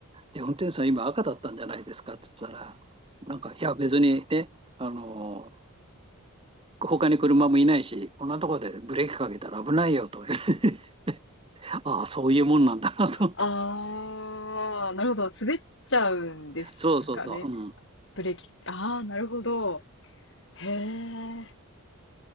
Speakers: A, on the right; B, on the left.
A: え、運転手さん今赤だったんじゃないですかって言ったら、なんか、いや別にね、あの、他に車もいないし、こんなところでブレーキかけたら危ないよとか言われて、<laughs> ああ、そういうもんなんだなと思って。
B: ああ、なるほど。滑っちゃうんですかね。
A: そうそうそう。うん。
B: ブレーキ。ああ、なるほど。へえ、